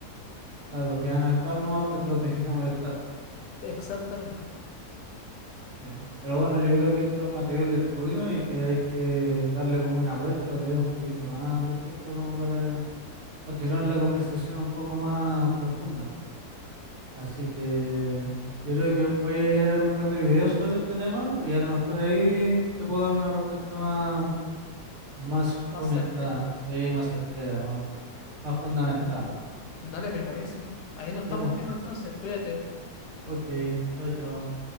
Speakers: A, on the right; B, on the left.
A: Claro, que van a actuar nomás para que los dejes de molestar.
B: Exactamente,
A: Sí. Pero bueno, yo creo que esto es material de estudio y que hay que darle como una vuelta, leer un poquito más al respecto como para continuar la conversación un poco más profunda. Así que yo creo que voy a ir a ver un par de videos sobre este tema y a lo mejor ahí te puedo dar una respuesta más, más
B: más
A: fomentada,
B: certera.
A: sí, más certera, ¿no? Más fundamentada.
B: Mm, Dale, me parece. Ahí nos
A: Ya
B: estamos
A: pues,
B: viendo entonces, cuídate.
A: ok, chao, chao.